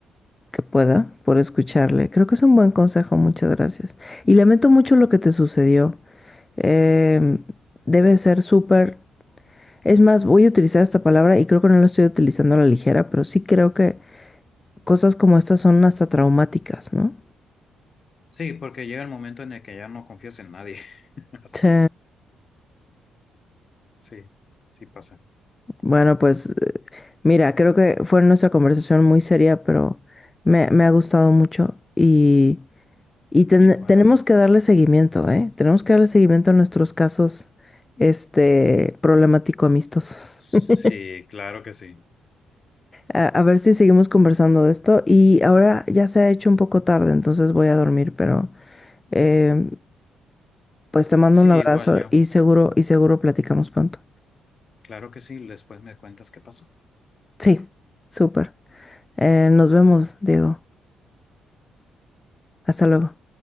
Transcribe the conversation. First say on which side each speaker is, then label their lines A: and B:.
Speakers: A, on the left (about 20°); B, on the left (about 40°).
A: que pueda por escucharle. Creo que es un buen consejo, muchas gracias. Y lamento mucho lo que te sucedió. Eh, debe ser súper... Es más, voy a utilizar esta palabra y creo que no la estoy utilizando a la ligera, pero sí creo que cosas como estas son hasta traumáticas, ¿no?
B: Sí, porque llega el momento en el que ya no confías en nadie. <laughs> Así.
A: Sí.
B: Sí, sí pasa.
A: Bueno, pues eh, mira, creo que fue nuestra conversación muy seria, pero me, me ha gustado mucho y, y ten-
B: Igual
A: tenemos
B: a mí.
A: que darle seguimiento, ¿eh? Tenemos que darle seguimiento a nuestros casos, este, problemático amistosos.
B: Sí,
A: <laughs>
B: claro que sí.
A: A, a ver si seguimos conversando de esto y ahora ya se ha hecho un poco tarde, entonces voy a dormir, pero eh, pues te mando
B: Sí,
A: un
B: igual
A: abrazo
B: yo.
A: y seguro, y seguro platicamos pronto.
B: Claro que sí. Después me cuentas qué pasó.
A: Sí, súper. Eh, nos vemos, Diego. Hasta luego.